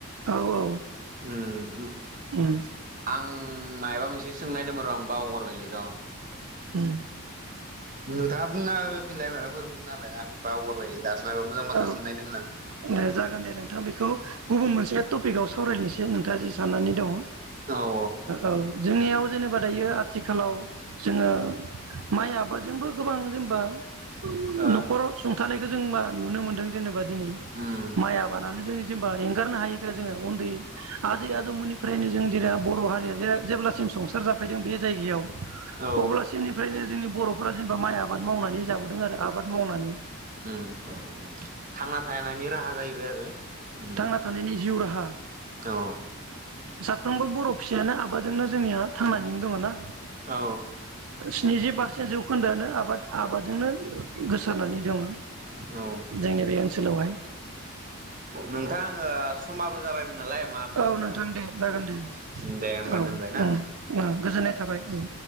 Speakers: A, on the right; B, on the right.
A: औ औ
B: उम
A: उम
B: आं मायाबा मोनसे सोंनायदोंमोन र आं बावगारबायले र
A: उम
B: नोंथाङा बुंना होफिनलाय माबाफोर बुंनालाय आं बावगारबायलै दासो मायबा मोजां बाथ्रा
A: औ
B: सोंनो नायदोंमोन
A: औ दे जागोन दे नोंथाङा बेखौ गुबुन मोनसे टपिकआव सा सावरायनोसै नोंथाङा जि साननानै दङ। ओ
B: आं औ
A: औ जोंनियाव जेनेबा दायो आथिखालाव जोङो माइ आबादजोंबो गोबां जेनबा न'खराव
B: ओ
A: सुंथानाय जोंबा नुनो मोनदों जेनेबा दिनै
B: उम
A: माइ आबादानो जोंनि जेनबा एंगारनो हायैखा जोङो उन्दै आजै आजौमोननिफ्रायनो जों जेरै बर' हारिया जे जेब्लासिम संसार जाफैदों बे जायगायाव
B: औ
A: अब्लासिमनिफ्रायनो जोंनि बर'फोरा जेनेबा माइ आबाद मावनानै जाबोदों आरो आबाद मावनानै
B: उम थांना थानायनि राहा जाहैबाय आरो उम
A: थांना थानायनि जिउ राहा
B: औ
A: साफ्रोमबो बर' फिसायानो आबादजोंनो जोंनिया थांनानैनो दङ ना
B: औ
A: स्निजि पारसेे जौ खोन्दोयानो आबाद आबादजोंनो गोसारनानै दङ
B: औ
A: जोंनि बे ओनसोलावहाय
B: नोंथां आङो समाबो जाबायमोन नालाय मा खालामदों
A: औ नोंथां दे जागोन दे
B: दे होमबा
A: औ
B: दोनबाय ना
A: ओम ओ गोजोननाय थाबाय औ